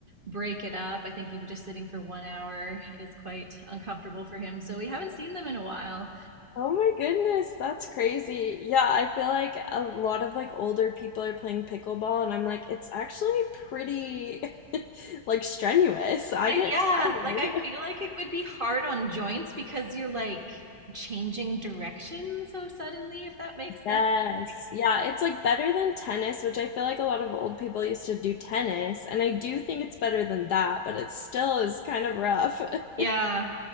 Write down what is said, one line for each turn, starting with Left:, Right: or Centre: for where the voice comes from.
Right: break it up. I think even just sitting for one hour is quite uncomfortable for him. So we haven't seen them in a while.
Left: Oh my goodness, that's crazy. Yeah, I feel like a lot of like older people are playing pickleball and I'm like it's actually pretty <laughs> like strenuous. I
Right: I,
Left: get
Right: yeah,
Left: tired.
Right: like I feel like it would be hard on joints because you're like changing direction so suddenly, if that makes sense.
Left: Yes.
Right: Like,
Left: Yeah, it's like better than tennis, which I feel like a lot of old people used to do tennis, and I do think it's better than that, but it still is kind of rough. <laughs>
Right: yeah,